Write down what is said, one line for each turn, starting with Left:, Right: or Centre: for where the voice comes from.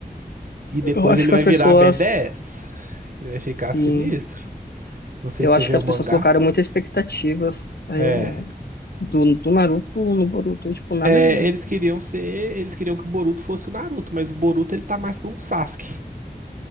Right: E depois
Left: eu acho
Right: ele
Left: que
Right: vai
Left: as
Right: virar
Left: pessoas
Right: B10. Ele vai ficar
Left: sim,
Right: sinistro. Não sei
Left: eu
Right: se
Left: acho
Right: você vê
Left: que as
Right: o mangá.
Left: pessoas colocaram muitas expectativas é,
Right: É.
Left: do, do Naruto no Boruto, e, tipo, nada
Right: É,
Left: a ver.
Right: eles queriam ser, eles queriam que o Boruto fosse o Naruto, mas o Boruto ele tá mais pra um Sasuke,